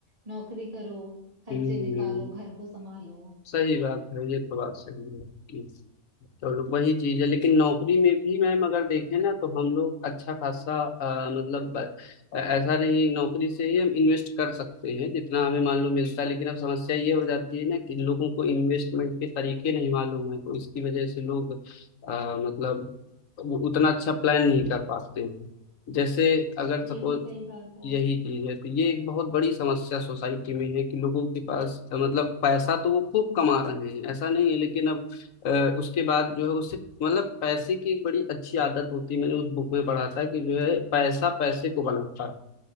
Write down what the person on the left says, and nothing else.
हम्म
हम्म।
सही बात है ये तो बात सही है आपकी चलो वही चीज है लेकिन नौकरी में भी मैम अगर देखें ना तो हम लोग अच्छा खासा अ, मतलब ब- अ- ऐसा नहीं नौकरी से ही हम इन्वेस्ट कर सकते हैं जितना हमें मान लो मिलता है लेकिन अब समस्या ये हो जाती है ना कि लोगों को इन्वेस्टमेंट के तरीके नहीं मालूम है तो इसकी वजह से लोग अ, मतलब वो उतना अच्छा प्लान नहीं कर पाते हैं जैसे अगर
सपोज
यही चीज है तो ये एक बहुत बड़ी समस्या सोसाइटी में है कि लोगों के पास अ, मतलब पैसा तो वो खूब कमा रहे हैं ऐसा नहीं है लेकिन अब अ, उसके बाद जो है उससे मतलब पैसे की एक बड़ी अच्छी आदत होती है मैंने उस बुक में पढ़ा था कि जो है पैसा पैसे को बनाता है